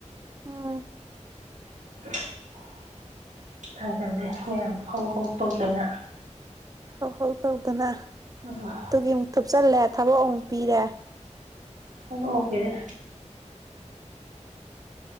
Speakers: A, on the right; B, on the right.
A: ꯎꯝ
B: <inaudible> ꯊꯥꯡꯖꯜꯂꯦ ꯃꯌꯥꯝ ꯍꯧ ꯍꯧ ꯇꯧꯗꯅ
A: ꯍꯧ ꯍꯧ ꯇꯧꯗꯅ
B: ꯊꯕꯛ
A: ꯇꯨꯒꯤ ꯑꯃꯨꯛ ꯊꯨꯞꯆꯜꯂꯦ ꯊꯕꯛ ꯑꯃꯨꯛ ꯄꯤꯔꯦ
B: ꯊꯕꯛꯃꯨꯛ ꯄꯤꯔꯦ